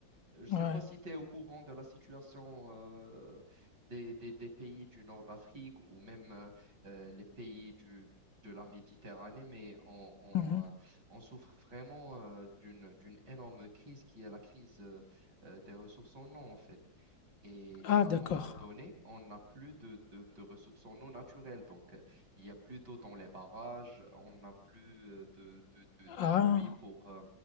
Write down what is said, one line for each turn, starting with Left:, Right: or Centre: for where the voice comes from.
Right: Euh, Je ne sais
Left: ouais,
Right: pas si tu es au courant de la situation euh, des, des- des pays du nord d'Afrique ou même euh, euh, les pays du, de la Méditerranée, mais on, on,
Left: mhm.
Right: euh, on souffre vraiment euh, d'une, d'une énorme crise qui est la crise euh, euh, des ressources en eau, en fait. Et
Left: Ah,
Right: à
Left: d'accord.
Right: un moment donné, on n'a plus de, de- de ressources en eau naturelles. Donc, euh, il n'y a plus d'eau dans les barrages, on n'a plus euh, de, de, de-
Left: Ah,
Right: de pluie pour, euh,